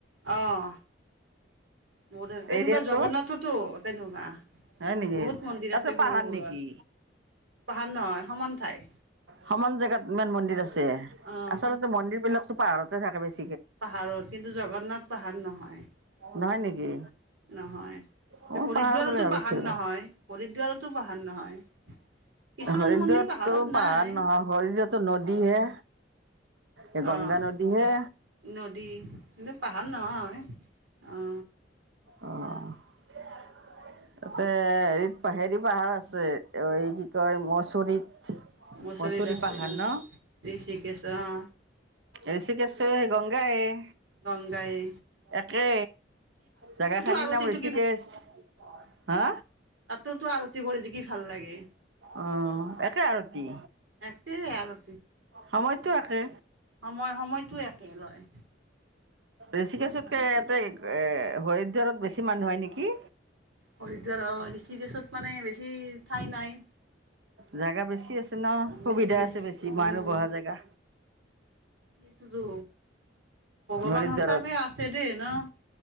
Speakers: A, on the right; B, on the right.
A: অহ বহত তেনেকুৱা
B: এৰিয়াটোত
A: জগন্নাথতো তেনেকুৱা
B: হয় নেকি?
A: বহুত মন্দিৰ
B: তাতে
A: আছে
B: পাহাৰ
A: সৰু সুৰা
B: নেকি?
A: পাহাৰ নহয় সমান ঠাই
B: সমান জেগাত ইমান মন্দিৰ আছে
A: অ'
B: আচলতে মন্দিৰ বিলাক চব পাহাৰতে থাকে বেছি
A: পাহাৰৰ কিন্তু জগন্নাথ পাহাৰ নহয়
B: নহয় নেকি?
A: <inaudible> নহয় এ
B: মই
A: হৰিদ্বাৰতো
B: পাহাৰ বুলি ভাবিছিলোঁ।
A: পাহাৰ নহয় হৰিদ্বাৰতো পাহাৰ নহয় কিছুমান
B: হৰিদ্বাৰতো
A: মন্দিৰ পাহাৰত
B: পাহাৰ
A: নাই
B: নহয় হৰিদ্বাৰতো নদীহে এই গংগা
A: অ'
B: নদী হে
A: নদী কিন্তু পাহাৰ নহয় অ
B: অ <inaudible> এ হেৰিত হেৰি পাহাৰ আছে এই কি কয় মচৰিত
A: মচৰিত
B: মচুৰি
A: আছে
B: পাহাৰ
A: অহ
B: ন?
A: ঋষিকেশ অহ
B: ঋষিকেশৰ সেই গংগাই এ
A: গংগায়ে
B: একে জেগাখিনিৰ
A: আৰতিটো
B: নাম ঋষিকেশৰ হা
A: তাতো তো আৰতি কৰি কি ভাল লাগে
B: অ একে আৰু কি
A: একটেই আৰু
B: সময়টো একে।
A: সময় সময়টো একে লয়
B: ঋষিকেশতকৈয়
A: গংগা নদীত
B: ইয়াতে এ হৰিদ্বাৰত বেছি মানুহ হয় নেকি
A: হৰিদ্বাৰ অ ঋষিকেশ বেছি মানে বেছি ঠাই নাই
B: জেগা বেছি আছে ন সুবিধা
A: বেছি
B: আছে, বেছি মানুহ
A: উম
B: বহা জেগা
A: সেইটোতো ভগৱান
B: হৰিদ্বাৰত।
A: সঁচাকে আছে দেই ন